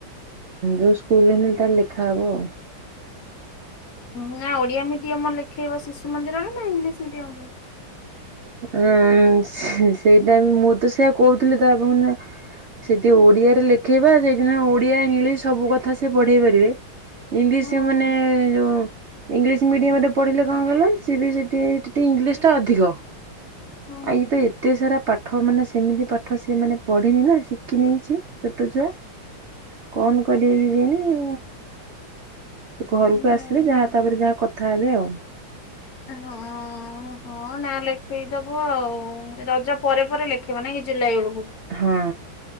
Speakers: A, on the right; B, on the left.
A: ଯୋଉ ସ୍କୁଲରେ ହେ ତାର ଲେଖା ହବ ଆଉ।
B: ନା ଓଡିଆ ମିଡିୟମ ଲେଖେଇବ ଶିଶୁ ମନ୍ଦିରରେ ନା ଇଂଲିଶ ମିଡିୟମ ରେ
A: ହଁ ସେଇଟା ବି ମୁଁ ତ ସେଇଆ କହୁଥିଲି ତ ଆପଣ ସେଇଠି ଓଡିଆରେ ଲେଖେଇବା ସେଇଠି ଓଡିଆ ଇଂଲିଶ ସବୁ କଥା ସେ ପଢେଇ ପାରିବେ। ଇଂଲିଶରେ
B: ହୁଁ
A: ମାନେ ଯଉ ଇଂଲିଶ ମିଡିୟମ ରେ ପଢିଲେ କଣ କହିଲ ସଏ ବି ସେ ଇଂଲିଶ ଟା ଅଧିକ
B: ହୁଁ
A: ଆଉ ଇ ତ ଏତେ ସାରା ପାଠ ମାନେ ସେମିତି ପାଠ ସେ ମାନେ ପଢିନି ନା ଶିଖି ନେଇଛି ଛୋଟ ଛୁଆ। କଣ କରେଇବିନି? ସେ ଘରକୁ
B: ହୁଁ।
A: ଆସିଲେ ଯାହା ତାପରେ ଯାହା କଥା ହେବେ ଆଉ
B: ହଁ ହଁ ନା ଲେଖେଇଦବ ଆଉ ରଜ ପରେ ପରେ ଲେଖେଇବ ନାଇଁ କି ଜୁଲାଇ ବେଳକୁ
A: ହଁ